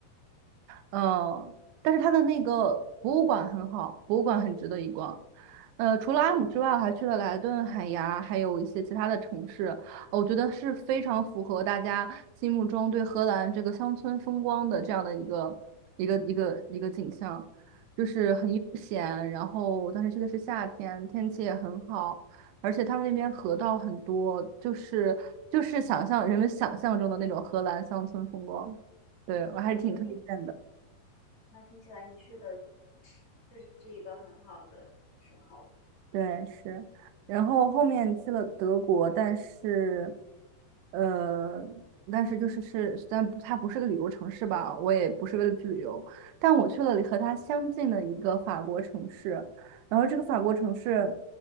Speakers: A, on the right; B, on the left.
A: 呃，但是它的那个博物馆很好，博物馆很值得一逛。呃，除了阿姆之外，
B: 嗯，
A: 我还去了莱顿、海牙，还有一些其他的城市，呃我觉得是非常符合大家心目中对荷兰这个乡村风光的这样的一个一个一个一个景象，就是很悠闲。然后我当时去的是夏天，天气也很好，而且他们那边河道很多，就是就是想象人们想象中的那种荷兰乡村风光。对，我还是挺推荐的。
B: 那听那听起来你去的确实是一个很好的时候。
A: 对，是，然后后面去了德国，但是，呃，但是就是是，但不它不是个旅游城市吧？我也不是为了去旅游，但我去了和它相近的一个法国城市，然后这个法国城市，